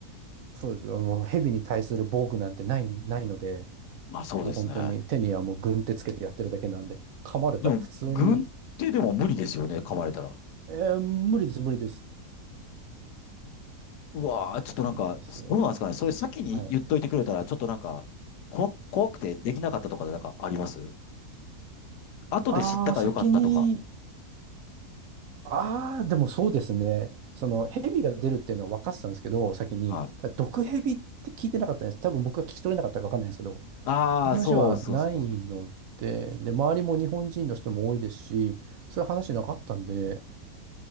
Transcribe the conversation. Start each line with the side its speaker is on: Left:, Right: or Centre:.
Right: そうです。もう蛇に対する防具なんてない、ないので、
Left: まあそうですね。
Right: もう本当に手にはもう軍手つけてやってるだけなんで、噛まれたら普通に、
Left: でも、軍手でも無理ですよね、噛まれたら。
Right: えー無理です、無理です。
Left: うわー、ちょっとなんか、
Right: そうなんですよ。
Left: どうなんですかね。それ先に言っといてくれたら、
Right: はい。
Left: ちょっとなんか、こ、怖くてできなかったとかでなんかあります後で知ったからよかったとか。
Right: ああ、先に、ああ、でもそうですね。その蛇が出るっていうのは分かってたんですけど、先に、
Left: はい
Right: ただ毒蛇って聞いてなかったんです。多分僕が聞き取れなかったか分かんないんですけど、
Left: ああ、
Right: そういう話はないので、
Left: そうそうそう。
Right: で、周りも日本人の人も多いですし、そういう話なかったんで、